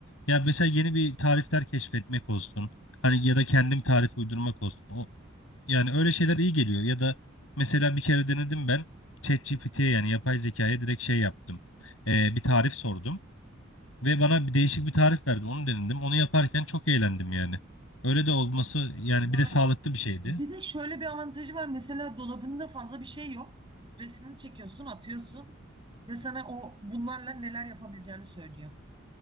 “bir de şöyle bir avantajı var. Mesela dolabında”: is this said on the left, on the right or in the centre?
Right